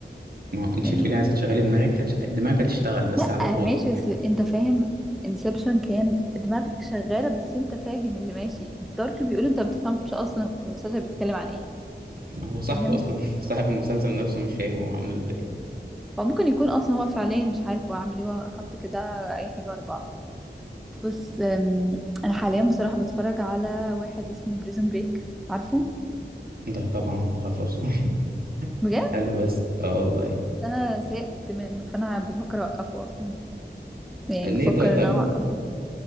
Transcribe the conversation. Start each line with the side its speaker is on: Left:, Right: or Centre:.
Right: ما انت
Centre: يعني
Right: تقولي عايزة تشغلي دماغك هتش... دماغك هتشتغل بس
Centre: لا
Right: على الفاضي
Centre: ماشي بس انت فاهم انسبشن كان دماغك شغالة بس انت فاهم اللي ماشي دارك بيقول انت ما بتفهمش اصلا المسلسل بيتكلم عن ايه
Right: هو صاحبه
Centre: فاهم
Right: اصلا <laughs> صاحب المسلسل نفسه مش فاهم هو عامله ازاي
Centre: هو ممكن يكون اصلا هو فعليا مش عارف هو عامل ايه هو حط كده اي حاجة ورا بعض بس ام، انا حاليا بصراحة بتفرج على واحد اسمه بريزون بريك عارفه
Right: ده طبعا انا مخلصه <laughs>
Centre: بجد
Right: حلو بس اه والله
Centre: انا زهقت منه فانا بفكر اوقفه اصلا يعني
Right: ليه
Centre: بفكر
Right: طيب طب
Centre: ان انا اوقفه